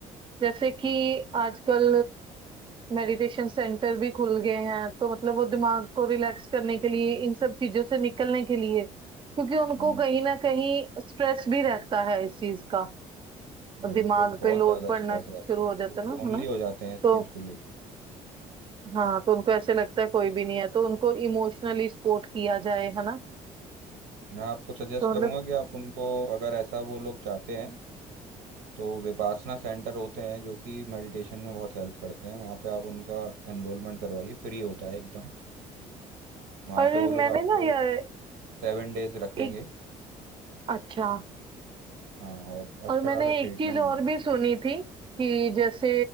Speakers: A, on the right; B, on the right.
A: जैसे
B: हम्म
A: कि आजकल मेडिटेशन सेंटर भी खुल गए हैं तो मतलब वो दिमाग को रिलैक्स करने
B: जी,
A: के लिए
B: जी।
A: इन सब चीजों से निकलने के लिए क्योंकि उनको
B: हम्म,
A: कहीं ना कहीं स्ट्रेस भी रहता है इस चीज का और
B: बिल्कुल
A: दिमाग
B: बहुत
A: पे लोड
B: ज़्यादा
A: पड़ना
B: स्ट्रेस
A: शुरू
B: रहता
A: हो
B: है
A: जाता
B: वो
A: है
B: लोनली
A: ना है ना
B: हो जाते हैं इस
A: तो
B: चीज़ को लेके
A: हाँ तो उनको ऐसे लगता है कोई भी नहीं है तो उनको इमोशनली सपोर्ट किया जाए है ना
B: मैं आपको सजेस्ट
A: तो
B: करूंगा
A: मतलब
B: कि आप उनको अगर ऐसा वो लोग चाहते हैं तो विपासना सेंटर होते हैं जो कि मेडिटेशन में बहुत हेल्प करते हैं वहाँ पे आप उनका एनरोलमेंट करवाइए फ्री होता है एकदम वहाँ
A: पर
B: पे वो लोग
A: मैंने
B: आपको
A: ना यार
B: सेवन डेज रखेंगे
A: एक अच्छा
B: हाँ और अच्छा
A: और मैंने
B: खासा ट्रीटमेंट
A: एक चीज और
B: देंगे
A: भी सुनी थी कि जैसे